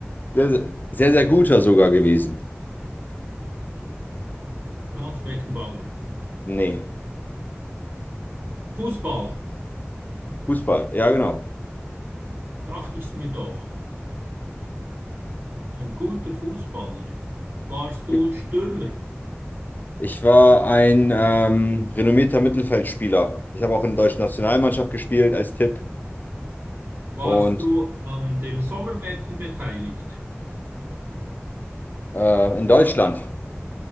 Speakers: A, on the left; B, on the right.
A: sehr, sehr, sehr guter sogar gewesen.
B: Franz Beckenbauer.
A: Nee.
B: Fußball,
A: Fußball. Ja, genau.
B: dachte ich's mir doch. Ein guter Fußballer. Warst du
A: Ich
B: Stürmer?
A: ich war ein ähm, renommierter Mittelfeldspieler. Ich habe auch in der deutschen Nationalmannschaft gespielt als Tipp
B: Warst
A: und
B: du an dem Sommermärchen beteiligt?
A: äh, in Deutschland.